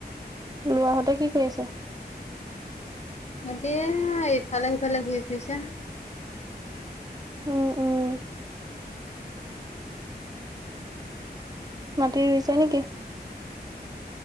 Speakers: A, on the right; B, on the left.
A: লোৱাহতে কি কৰি আছে?
B: সিহঁতে ইফালে সিফালে ঘূৰি ফুৰিছে।
A: উম উম। মাটি ৰুইছে নে কি?